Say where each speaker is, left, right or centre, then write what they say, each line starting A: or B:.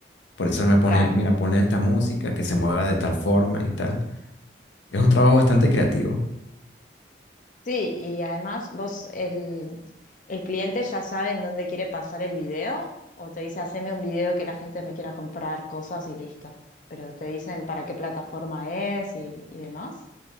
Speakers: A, on the left; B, on the left.
A: Por eso él me pone,
B: Claro.
A: mira, ponle esta música que se mueva de tal forma y tal. Es un trabajo bastante creativo.
B: Sí, y además vos, el, el cliente ya sabe en dónde quiere pasar el video o te dice, haceme un video que la gente me quiera comprar cosas y listo. Pero te dicen para qué plataforma es y, y demás.